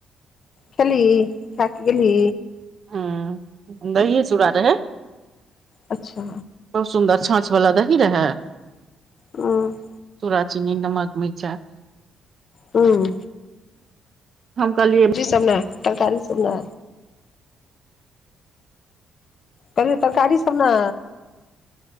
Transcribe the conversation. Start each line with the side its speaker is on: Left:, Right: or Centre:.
Left: खेली खाक गेली
Right: हँ दहिए चूड़ा रहै
Left: अच्छा
Right: बहुत सुन्दर छाँछ वला दही रहै
Left: हँ
Right: चुड़ा चीनी नमक मिरचाय
Left: हूं
Right: हम कहलिए
Left: सब ने तरकारी सब ने कहलियो तरकारी सब ने